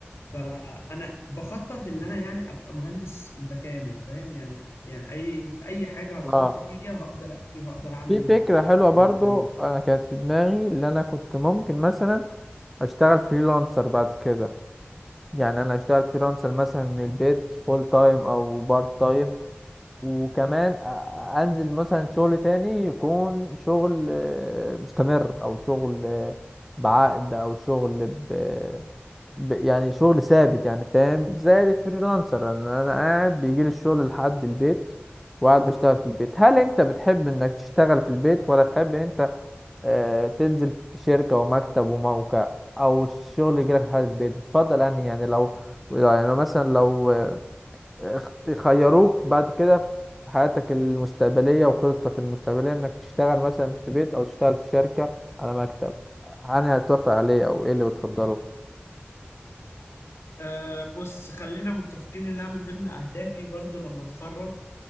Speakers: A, on the left; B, in the centre.
A: فانا بخطط ان انا يعني ابقى مهندس متكامل فاهم يعني يعني اي في اي حاجة هتحط
B: صح
A: فيها هقدر احكي وهقدر اعمل
B: في فكرة حلوة برضو
A: اللي في دماغي
B: أنا كانت في دماغي اللي أنا كنت ممكن مثلا أشتغل فريلانسر بعد كده يعني أنا أشتغل فريلانسر مثلا من البيت فول تايم أو بارت تايم وكمان أ- أنزل مثلا شغل تاني يكون شغل آه، مستمر أو شغل آه، بعقد أو شغل ب... ب... يعني شغل ثابت يعني فاهم زي الفريلانسر أن أنا قاعد بيجيلي الشغل لحد البيت وقاعد بشتغل في البيت هل انت بتحب انك تشتغل في البيت ولا تحب ان انت آه، تنزل في شركة ومكتب وموقع أو الشغل يجيلك لحد البيت بتفضل أنهي يعني لو يعني لو مثلا لو آه، اخت- خيروك بعد كده في حياتك المستقبلية وخططك المستقبلية إنك تشتغل مثلا في بيت أو تشتغل في شركة على مكتب أنهي هتوافق عليه أو إيه اللي بتفضله؟
A: أه بص خلينا متفقين انها من ضمن اهدافي برضو لما اتخرج